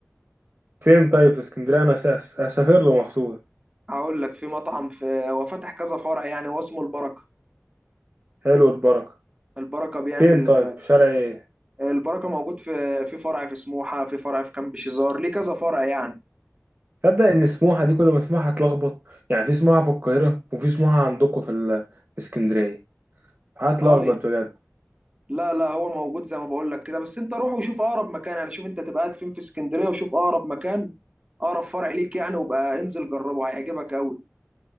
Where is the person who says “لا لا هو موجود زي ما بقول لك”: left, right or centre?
Right